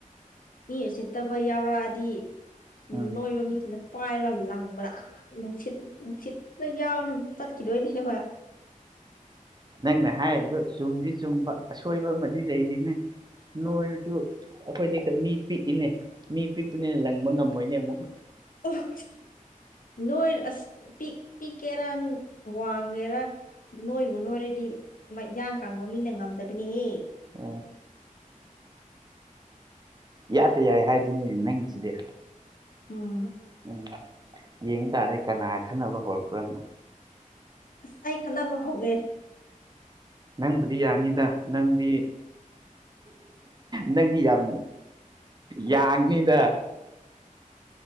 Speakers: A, on the left; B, on the right.
A: ꯃꯤ ꯎꯁꯤꯠꯇꯕ ꯌꯥꯎꯔꯛꯑꯗꯤ
B: ꯎꯝ
A: ꯅꯣꯏꯕ ꯃꯤꯁꯤꯅ ꯄꯥꯏꯔ ꯂꯪꯕꯗꯥ ꯑꯥ ꯅꯨꯡꯁꯤꯠ ꯅꯨꯡꯁꯤꯠꯇ ꯌꯥꯎꯔꯒ ꯆꯠꯈꯤꯗꯣꯏꯅꯦꯕ <unintelligible>
B: ꯅꯪꯅ ꯍꯥꯏꯔꯤꯗꯨ ꯆꯨꯝꯗꯤ ꯆꯨꯝꯕ ꯑꯁꯣꯏꯕ ꯑꯃꯗꯤ ꯂꯩꯔꯤꯅꯦ ꯅꯣꯏꯔꯁꯨ ꯑꯩꯈꯣꯏꯗꯤ ꯀꯩ ꯃꯤ ꯄꯤꯛꯏꯅꯦ ꯃꯤ ꯄꯤꯛꯄꯅꯤꯅ ꯂꯪꯕ ꯉꯝꯃꯣꯏꯅꯦ ꯑꯃꯨꯛ
A: <unintelligible> ꯅꯣꯏ ꯑꯁ ꯄꯤꯛ ꯄꯤꯛꯀꯦꯔꯥ ꯋꯥꯡꯒꯦꯔꯥ ꯅꯣꯏꯕꯨ ꯅꯣꯏꯔꯗꯤ ꯃꯌꯥꯡ ꯀꯪꯕ ꯃꯤꯅ ꯉꯝꯗꯕꯅꯦꯍꯦ
B: ꯎꯝ ꯏꯌꯥꯗ ꯌꯥꯏ ꯍꯥꯏꯗꯨꯅꯤꯅꯦ ꯅꯪꯒꯤꯁꯤꯗꯤ
A: ꯑꯥ
B: ꯎꯝ ꯌꯦꯡ ꯇꯥꯔꯦ ꯀꯅꯥ ꯈꯟꯅꯕ ꯍꯧꯔꯛꯄ꯭ꯔꯥꯅ
A: ꯑꯁ ꯑꯩ ꯈꯠꯅꯕ ꯍꯧꯒꯦ
B: ꯅꯪꯕꯨꯗꯤ ꯌꯥꯅꯤꯗ ꯅꯪꯗꯤ ꯅꯪꯗꯤ ꯌꯥꯝ ꯌꯥꯡꯅꯤꯗ
A: <unintelligible>